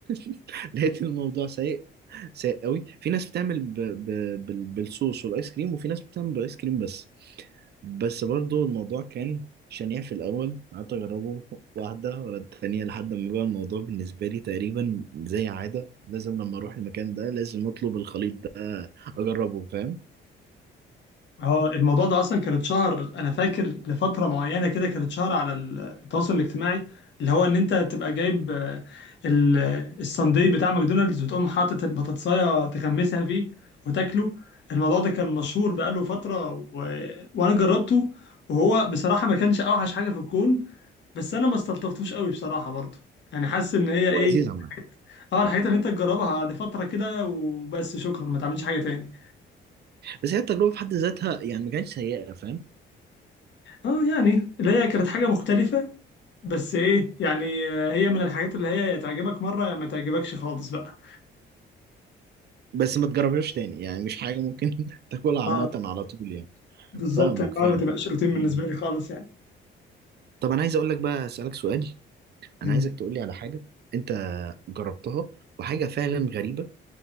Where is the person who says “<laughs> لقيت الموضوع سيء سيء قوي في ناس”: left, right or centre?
Right